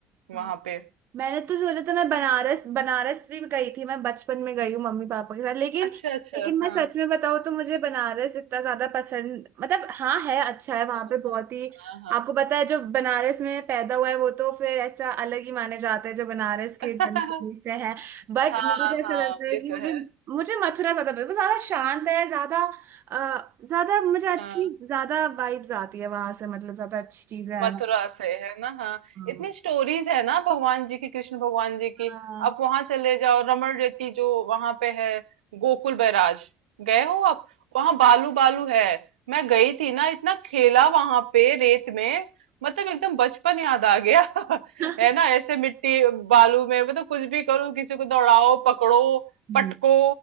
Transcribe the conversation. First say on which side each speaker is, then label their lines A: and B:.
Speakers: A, on the right; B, on the right.
A: वहां
B: हाँ।
A: पे
B: मैंने तो सोचा था मैं बनारस बनारस भी गई थी मैं बचपन में गई हूँ मम्मी पापा के साथ लेकिन
A: अच्छा अच्छा
B: लेकिन मैं
A: हाँ
B: सच में बताऊँ तो मुझे बनारस इतना ज्यादा पसंद मतलब हाँ है अच्छा
A: हाँ
B: है वहां पे बहुत
A: हाँ
B: ही
A: हाँ हाँ
B: आपको पता है जो बनारस में पैदा हुआ है वो तो फिर ऐसा अलग ही माने जाते हैं जो बनारस
A: <laughs>
B: के जन्मभूमि से है बट
A: हाँ
B: मुझे तो ऐसा
A: हाँ,
B: लगता है
A: ये
B: कि
A: तो
B: मुझे
A: है
B: मुझे मथुरा ज्यादा पसंद है। वो ज्यादा शांत है ज्यादा अ, ज्यादा मुझे अच्छी
A: हाँ
B: ज्यादा वाइब्स आती है वहां से मतलब ज्यादा अच्छी चीजें हैं
A: मथुरा से है ना हाँ
B: वहाँ।
A: इतनी स्टोरीज है ना भगवान जी की कृष्ण भगवान जी की
B: हाँ
A: आप वहां चले जाओ रमण रेती जो वहां पे है गोकुल बैराज गए हो आप वहां बालू बालू है मैं गई थी ना इतना खेला वहां पे रेत में मतलब एकदम बचपन याद आ गया <laughs>
B: हाँ।
A: है
B: <laughs>
A: ना ऐसे मिट्टी बालू में मतलब कुछ भी करो किसी को दौड़ाओ पकड़ो
B: हम्म,
A: पटको